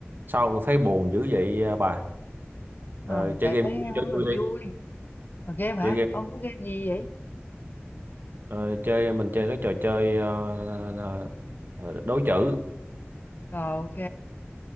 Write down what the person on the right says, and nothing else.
sao thấy buồn dữ vậy à, bà
Ờ, chơi
game
chơi
vui
đi
chơi game
ờ, chơi mình chơi cái trò chơi ờ, ờ, đố chữ